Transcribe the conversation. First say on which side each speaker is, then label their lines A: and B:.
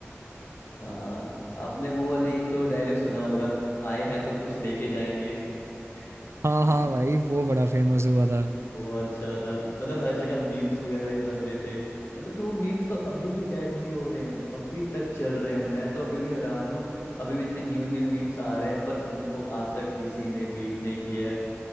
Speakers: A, on the left; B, on the right.
A: हाँ आपने वो वाली एक तो डायलॉग सुना होगा आए हैं तो कुछ लेके जाएंगे <laughs>
B: हाँ
A: जिसमें
B: हाँ भाई वो बड़ा फेमस हुआ था
A: बहुत ज्यादा मतलब हर जगह मीम्स वगैरह भी बन रहे थे मतलब कि वो मीम्स तो अभी भी डेड नहीं हो रहे हैं अभी तक चल रहे हैं मैं तो अभी भी हैरान हूँ अभी भी इतने न्यू न्यू मीम्स आ रहे हैं पर उनको आज तक किसी ने बीट नहीं किया है